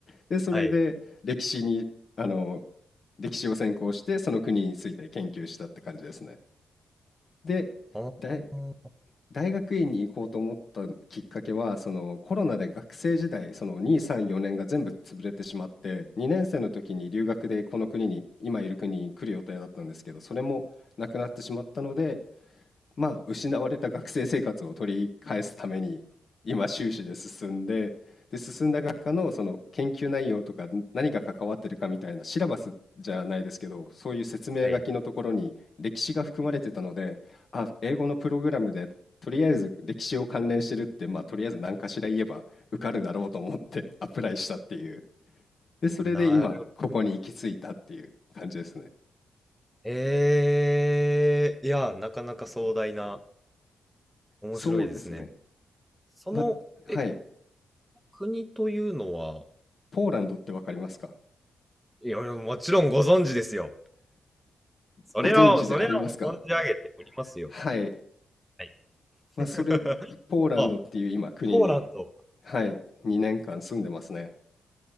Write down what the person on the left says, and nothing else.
で、それで歴史に、
あの、歴史を専攻して、その国について研究したって感じですね。で、
大大学院に行こうと思ったきっかけは、そのコロナで学生時代、その2、3、4年が全部潰れてしまって、2年生の時に留学でこの国に、今いる国に来る予定だったんですけど、それもなくなってしまったので、まあ、失われた学生生活を取り返すために今修士で進んで、で進んだ学科のその研究内容とか何が関わってるかみたいなシラバスじゃないですけどそういう説明書きのところに歴史が含まれてたのであ英語のプログラムでとりあえず歴史を関連してるってまあとりあえず何かしら言えば受かるだろうと思ってアプライしたっていう
でそれで今ここに行き着いたっていう感じですね
そうですね
まあはい
ポーランドってわかりますか
ご存知でありますか
はい。
まあ、
それ、ポーランドっていう今国に、
はい、2年間住んでますね。